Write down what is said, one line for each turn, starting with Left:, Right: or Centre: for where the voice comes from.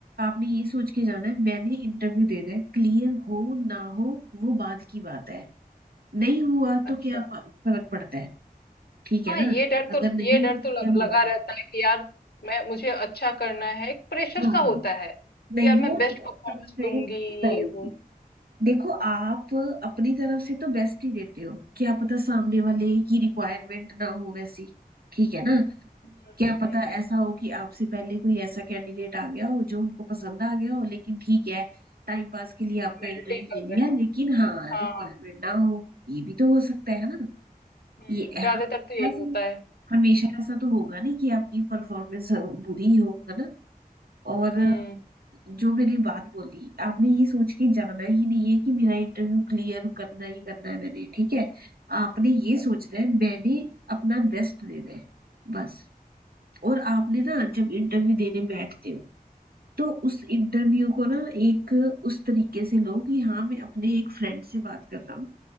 Right: आपने ये सोच के जाना है मैंने इंटरव्यू देना है क्लियर हो ना हो वो बाद की बात है नहीं हुआ
Left: अच्छा
Right: तो क्या फ- फर्क पड़ता है ठीक
Left: हाँ
Right: है
Left: ये
Right: ना
Left: डर
Right: अगर
Left: तो
Right: नहीं
Left: ये डर
Right: भी क्लियर
Left: तो लग,
Right: हुआ
Left: लगा
Right: तो
Left: रहता है कि यार मैं मुझे अच्छा करना है एक प्रेशर
Right: हाँ
Left: सा होता है
Right: नहीं
Left: कि यार मैं
Right: वो
Left: बेस्ट परफॉर्मेंस
Right: सबसे
Left: दूंगी
Right: नहीं
Left: ये वो
Right: देखो आप अपनी तरफ से तो बेस्ट ही देते हो क्या पता सामने वाले की रिक्वायरमेंट ना हो वैसी ठीक है ना
Left: हम्म
Right: क्या पता
Left: हम्म
Right: ऐसा हो कि आपसे पहले कोई ऐसा कैंडिडेट आ गया हो जो उनको पसंद आ गया हो लेकिन ठीक है टाइम पास के लिए
Left: फॉर्मेलिटी
Right: आपका इंटरव्यू
Left: कर
Right: ले
Left: रहे
Right: लिया
Left: हो
Right: लेकिन हाँ
Left: हाँ
Right: रिक्वायरमेंट ना हो ये भी तो हो सकता है ना
Left: हम्म
Right: ये
Left: ज्यादातर
Right: हाँ,
Left: तो यही
Right: बस
Left: होता है
Right: हमेशा ऐसा तो होगा नहीं कि आपकी परफॉर्मेंस बुरी हो है ना और
Left: हम्म
Right: जो मैंने बात बोली आपने ये सोच के जाना ही नहीं है कि मेरा इंटरव्यू क्लियर करना ही करना है मैंने ठीक है आपने ये
Left: हाँ
Right: सोचना है मैंने अपना बेस्ट देना है बस और आपने ना जब इंटरव्यू देने बैठते हो तो उस इंटरव्यू को ना एक उस तरीके से लो कि हाँ मैं अपने एक फ्रेंड से बात कर रहा हूँ